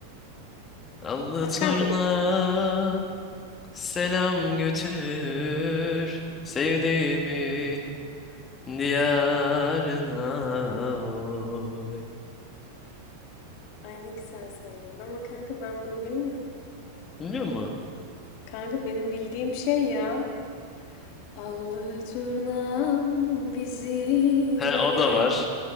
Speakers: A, on the left; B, on the left.
A: Allı
B: Aa,
A: turna
B: kanka
A: selam götür sevdiğimin diyarına. Oy.
B: ay ne güzel söyledin ama kanka ben bunu bilmiyorum.
A: Biliyor musun?
B: Kanka benim bildiğim şey ya. Allı turnam bizim
A: He
B: ele.
A: o da var.